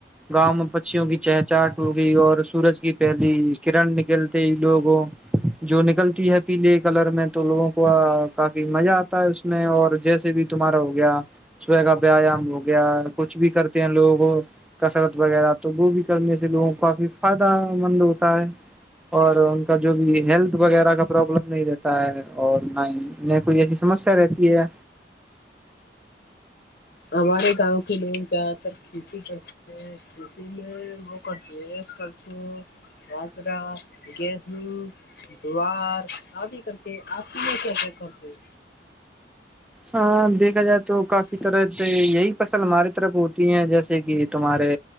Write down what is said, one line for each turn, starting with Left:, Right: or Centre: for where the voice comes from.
Centre: گاؤں میں پچیوں کی چہ چاہٹ ہو گئی اور سورج کی پہلی کرن نکلتے لوگوں جو نکلتی ہے پیلے کلر میں تو لوگوں کو کافی مزہ آتا ہے اس میں اور جیسے بھی تمہارا ہو گیا س کا ویایام ہو گیا کچھ بھی کرتے ہیں لوگوں کسرت وغیرہ تو وہ بھی کرنے سے لوگوں کو کافی فائدہ مند ہوتا ہے اور ان کا جو بھی ہیلتھ وغیرہ کا پرابلم نہیں رہتا ہے اور نہ کوئی ایسی سمسیا رہتی ہے
Left: ہمارے گاؤں کے لوگ زیادہ تر کھیتی کرتے ہیں د میں وہ ڈس خرچ بطرہ گیہوں دووار آدی کر کے آ میں کیا کرتے ہے
Centre: ہاں دیکھا جائے تو کافی طرح سے یہی فصل ہماراری طرف ہوتی ہیں جیسے کہ تمہارے